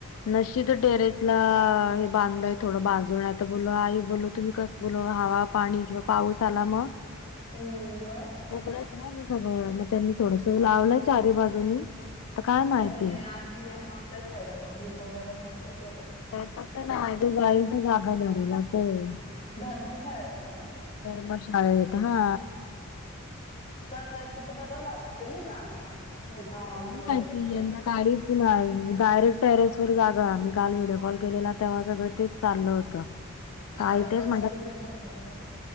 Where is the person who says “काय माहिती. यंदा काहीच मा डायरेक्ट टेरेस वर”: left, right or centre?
Left